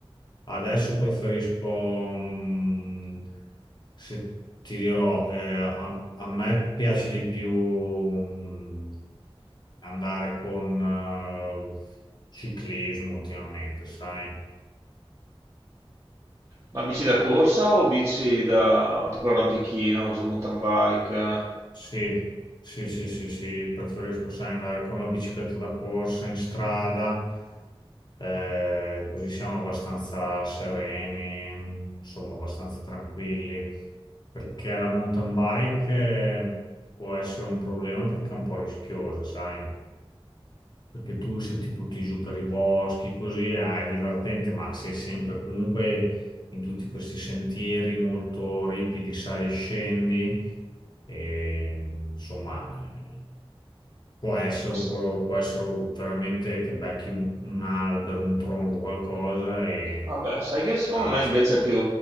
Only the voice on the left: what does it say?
adesso preferisco, mm, se ti dirò, eh, a, a me piace di più, mm, andare con, eh, ciclismo ultimamente, sai?
Sì, sì, sì, sì, sì, preferisco, sai, andare con la bicicletta da corsa in strada, eh, così siamo abbastanza sereni, insomma, abbastanza tranquilli, perché la mountain bike eh, può essere un problema perché è un po' rischiosa, sai? perché tu se ti butti giù per i boschi, così ah, è divertente, ma sei sempre comunque in tutti questi sentieri molto ripidi, sali e scendi, e, insomma, eh, può essere
un po', può essere veramente che becchi un, un albero, un tronco, qualcosa e
caschi.